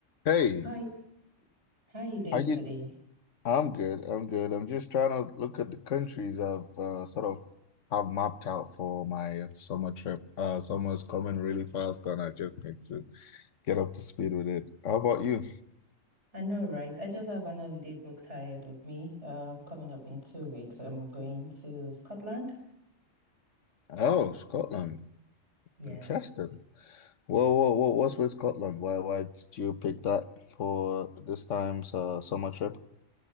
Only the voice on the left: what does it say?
Hey,
how
you? I'm good. I'm good. I'm just trying to look at the countries I've uh, sort of have mapped out for my summer trip. Uh, summer's coming really fast, and I just need to get up to speed with it. How about you?
Oh, Scotland.
Interesting. Whoa, whoa, whoa. What's with Scotland? Why, why did you pick that for this time's uh, summer trip?